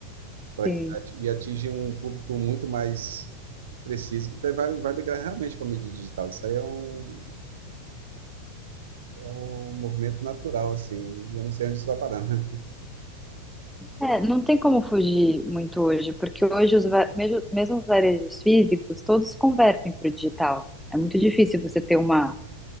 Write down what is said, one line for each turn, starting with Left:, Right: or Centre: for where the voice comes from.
Right: Para
Centre: Sim.
Right: que ati- e atinge um público muito mais preciso que daí vai, vai migrar realmente para a mídia digital. Isso aí é um, é um movimento natural, assim, e eu não sei onde isso vai parar, né?
Centre: É, não tem como fugir muito hoje, porque hoje os va- mesmo, mesmo os varejos físicos, todos convertem para o digital. É muito difícil você ter uma,